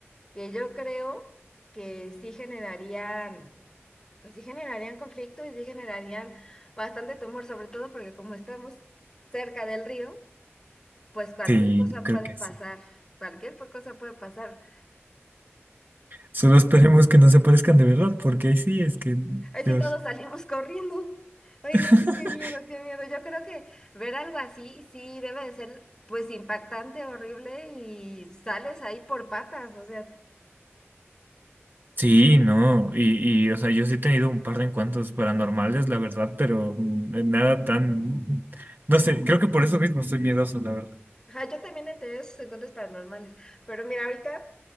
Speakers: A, on the left; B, on the right.
A: que yo creo que sí generarían, pues sí generarían conflicto y sí generarían bastante temor, sobre todo porque como estamos cerca del río, pues cualquier
B: Sí,
A: cosa
B: yo creo
A: puede
B: que
A: pasar.
B: sí.
A: Cualquier cosa puede pasar.
B: Solo esperemos que no se parezcan de verdad, porque ahí sí es que,
A: Ay, sí,
B: Dios.
A: todos salimos corriendo. Ay,
B: <laughs>
A: no, sí, qué miedo, qué miedo. Yo creo que ver algo así, sí, debe de ser, pues, impactante, horrible y sales ahí por patas, o sea.
B: Sí, no, y, y o sea, yo sí he tenido un par de encuentros paranormales, la verdad, pero mm, nada tan, no sé, creo que por eso mismo soy miedoso, la verdad.
A: Ajá, yo también he tenido esos encuentros paranormales, pero mira, ahorita